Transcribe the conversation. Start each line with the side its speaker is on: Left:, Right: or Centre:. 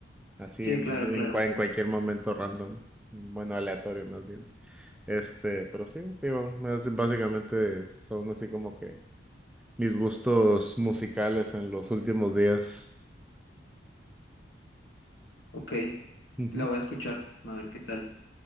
Centre: Así
Left: Sí,
Centre: en,
Left: claro, claro.
Centre: en, cua- en cualquier momento random, bueno, aleatorio más bien. Este, pero sí, digo, es- básicamente son así como que mis gustos musicales en los últimos días.
Left: Ok,
Centre: Ujú,
Left: la voy a escuchar, a ver qué tal.